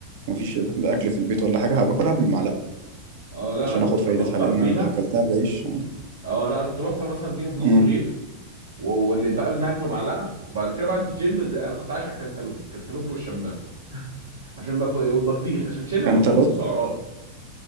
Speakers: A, on the right; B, on the right.
A: ومفيش اكل في البيت ولا حاجه هباكلها بالمعلقه
B: اه لا
A: عشان
B: انا كنت
A: اخد فايدتها
B: بفطر
A: لان
B: بيها
A: لو كلتها بعيش
B: اه لا انا كنت بفطر مثلا بيها بنص
A: امم
B: رغيف و- واللي بقى منها اكله معلقه وبعد كده بعد الجيم ده- انا كنت عايش على الكنتالوب الكنتالوب والشمام عشان ما فوق والبطيخ عشان شبه
A: كانتالوب
B: ما فيهمش السعرات